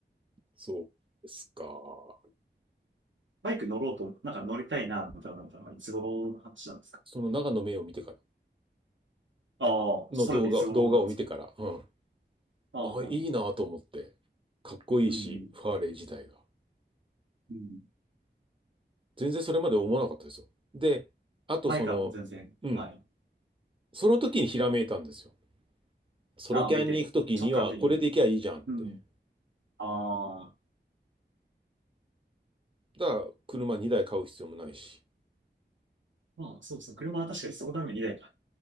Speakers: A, on the right; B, on the right.
A: そうですか。
B: バイク乗ろうと、なんか乗りたいな、みたいなのはいつ頃の話なんですか
A: その長野目を見てから、
B: ああ、
A: の動画、
B: それっていつ頃なんですか
A: 動画を見てから。うん
B: ああ、
A: あ、
B: はいはい
A: いいなと思って。かっこいいし、
B: うん、
A: ファーレー自体が。
B: うん。
A: 全然それまで思わなかったですよ。で、あとその、
B: バイクはもう全然、
A: うん。
B: はい。
A: その時にひらめいたんですよ。ソロキャンに行く時には、
B: ああ、見て、直感的に。
A: これで行きゃいいじゃんって。
B: うん。ああ、
A: だから、車2台買う必要もないし。
B: まあ、そうですね。車は確かにそのために2台か。